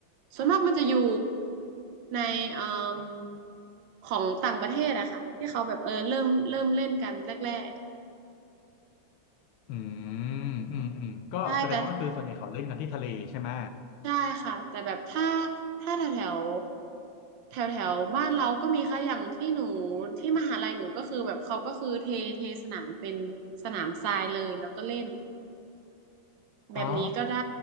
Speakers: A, on the right (about 70°); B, on the left (about 90°).
A: ส่วนมากมันจะอยู่ในเอ่มของต่างประเทศอะค่ะที่เขาแบบเออเริ่มเริ่มเล่นกันแรก
B: อืมอืมอืมก็แสดงว่าคือส่วนใหญ่เขาเล่นกันที่ทะเลใช่ไหม
A: ๆใช่แต่ใช่ค่ะแต่แบบถ้าถ้าแถวแถวแถวแถวบ้านเราก็มีค่ะอย่างที่หนูที่มหาลัยหนูก็คือแบบเขาก็คือเทเทสนามเป็นสนามทรายเลยแล้วก็เล่น แบบนี้ก็ได้
B: อ๋อ